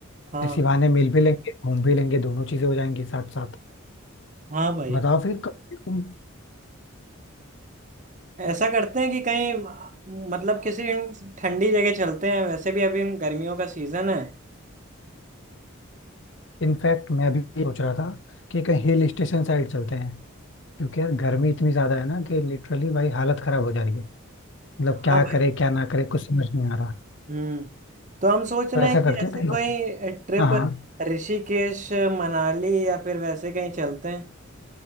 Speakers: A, on the right (about 35°); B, on the left (about 55°).
A: हाँ
B: ऐसी बहाने मिल भी लेंगे घूम भी लेंगे दोनों चीजें हो जाएंगी साथ साथ
A: हाँ भाई
B: बताओ फिर कब तुम
A: ऐसा करते हैं कि कहीं अ, मतलब किसी ठंडी जगह चलते हैं वैसे भी अभी गर्मियों का सीजन है
B: इनफैक्ट मैं भी सोच रहा था कि कहीं हिल स्टेशन साइड चलते हैं क्योंकि यार गर्मी इतनी ज्यादा है ना कि लिटरली भाई हालत खराब हो जा रही है मतलब
A: हाँ
B: क्या
A: भाई
B: करे क्या ना करे कुछ समझ नहीं आ रहा
A: हम्म तो हम सोच रहे
B: तो ऐसा
A: हैं कि
B: करते
A: ऐसे
B: हैं कहीं
A: कहीं ट्रिप
B: हाँ हाँ
A: ऋषिकेश मनाली या फिर वैसे कहीं चलते हैं